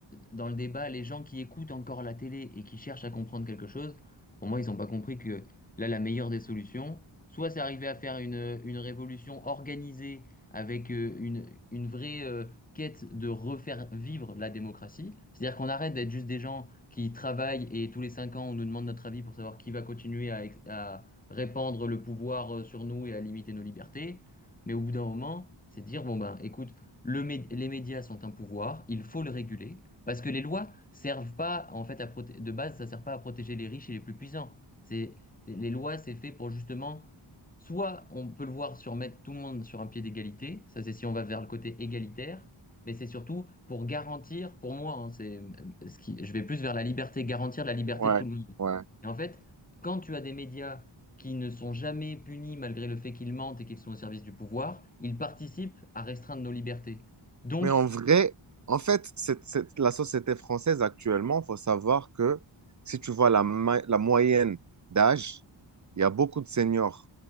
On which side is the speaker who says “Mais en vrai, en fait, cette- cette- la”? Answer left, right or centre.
Right